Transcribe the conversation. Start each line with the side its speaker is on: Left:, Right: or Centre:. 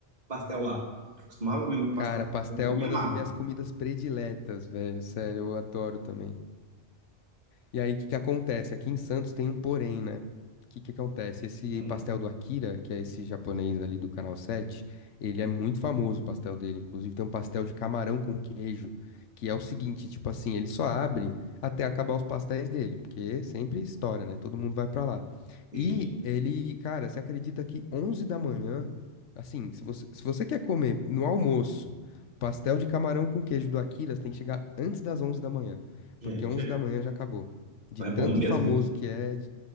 Right: pastel lá. Costumava comer muito
Left: Cara,
Right: pastel,
Left: pastel
Right: então eu me
Left: é uma
Right: amarro.
Left: das minhas comidas prediletas, velho. Sério, eu adoro também. E aí, o que que acontece? Aqui em Santos tem um porém, né? O que que acontece? Esse
Right: Hum,
Left: pastel do Akira, que é esse japonês ali do Canal 7, ele é muito famoso, o pastel dele. Inclusive, tem um pastel de camarão com queijo, que é o seguinte, tipo assim, ele só abre até acabar os pastéis dele, porque sempre estoura, né? Todo mundo vai pra lá.
Right: entendi.
Left: E ele, cara, você acredita que 11 da manhã, assim, se você, se você quer comer no almoço o pastel de camarão com queijo do Akira, você tem que chegar antes das 11 da manhã,
Right: Gente,
Left: porque 11
Right: é.
Left: da manhã já acabou. De
Right: Então
Left: tanto
Right: é bom mesmo,
Left: famoso
Right: hein?
Left: que é. de-